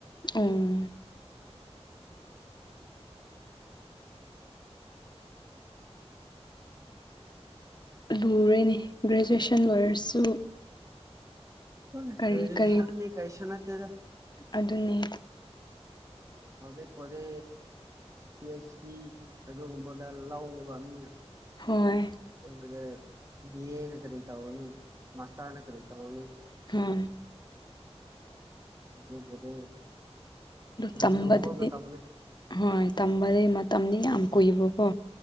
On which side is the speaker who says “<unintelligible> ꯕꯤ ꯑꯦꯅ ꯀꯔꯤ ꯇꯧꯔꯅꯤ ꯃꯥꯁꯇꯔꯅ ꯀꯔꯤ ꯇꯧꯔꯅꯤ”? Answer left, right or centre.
Right